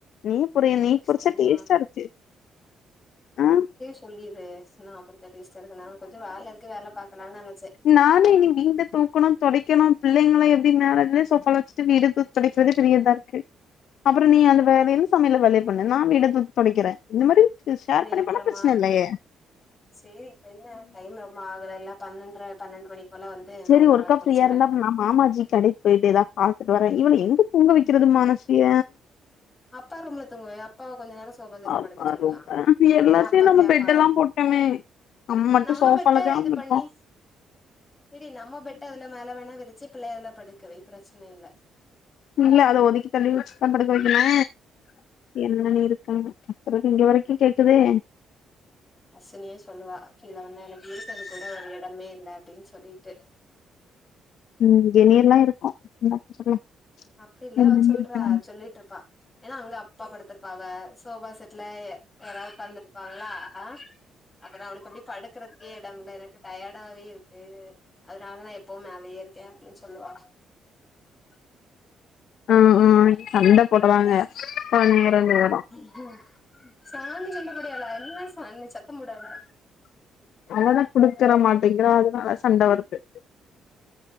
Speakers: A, on the left (about 70°); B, on the left (about 25°).
A: நீயே பொரியே நீ
B: கஷ்டமா
A: பொரிச்சா டேஸ்ட்டாருக்கு ஆ
B: புள்ளி ரேஸ் நாம் பொரிச்சா டேஸ்டாருக்கு நா கொஞ்ச வேலருக்கு வேல பாக்கலான் நெனச்சே
A: நானு இனி வீட தூக்கணு தொடைக்கணு பிள்ளைங்கல எப்டி மேலேஜ்ல ஷோஃபால வச்சுட்டு வீட தூக் தொடைக்கிறது பெரிய இதாருக்கு அப்பற நீ அந்த வேலையலு சமையலு வேலைய பண்ணு நா வீட தூக் தொடைக்கிறே இந்த மேரி இது ஷேர் பண்ணி
B: அப்பறமா
A: போனா பிரச்சன இல்லயே
B: செரி இப்ப என்ன டைம் ரொம்ப ஆகல இல்ல பன்னெண்ற பன்னெண்டு மணிக்கு போல வந்து
A: செரி
B: நா உருளக்கெழங்கு
A: ஒர்க்கா
B: பொரிச்சர்றே
A: ஃப்ரீயா இருந்தா நா மாமாஜி கடைக் போய்டே தா பாத்துட்டு வரே இவள எங்க தூங்க வக்கிறது மனசிய
B: அப்பா ரூம்ல தூங்க வை அப் அப்பாவ கொஞ்ச நேர சோபா செட்டுல
A: அப்பா
B: படுக்க சொல்லலா
A: ரொம்ப
B: அதெல்லா
A: எல்லாத்தையு
B: அப்பா
A: நம்ம
B: கேப்பாவ
A: பெட் எல்லா போட்டோமே மட்டு
B: நம்ம
A: சோஃபால
B: பெட்ட
A: கெடந்து
B: இது பண்ணி
A: இருக்கோ
B: இடி நம்ம பெட்டு அதுல மேல வேணா விரிச்சு பிள்ள எல்லா படுக்க வை பிரச்சனை இல்ல
A: இல்ல அத ஒதுக்கி தள்ளி வச்சுதா படுக்க வைக்கணு என்னன்ன
B: ம்
A: இருக்குன்னு தெரி எனக்கு இங்க வரைக்கு கேக்குதே
B: அஸ்னியே சொல்லுவா கீழே வந்தா எனக்கு இருக்கறதுக்கு கூட ஒரு இடமே இல்ல அப்டின் சொல்லிட்டு
A: உம் வெநீர் எல்லா இருக்கு என்னத்த சொல்ல
B: அப்டிலா
A: என்னன்னு
B: அவ சொல்றா
A: இருக்கறாங்க
B: சொல்லிட்டு இருப்பா ஏன்னா அவுங்க அப்பா படுத்திருப்பாவ சோபா செட்ல யாராவது உட்காந்துருப்பாங்களா ஆ அப்பதா அவளுக்கு அப்டி படுக்கறதுக்கே எடம் இல்ல எனக்கு டயர்டாவே இருக்கு அதனாலதா எப்பவு மேலயே இருக் ஏ அப்டின் சொல்லுவா
A: ஆ ஆ சண்ட போடுறாங்க பனிரெண்டு வரோ
B: ம் சாணி சண்ட போடயல என்ன சாணி சத்த போடாதா
A: அததா குடுக்கற மாட்டேங்கிறா அதனால சண்ட வருது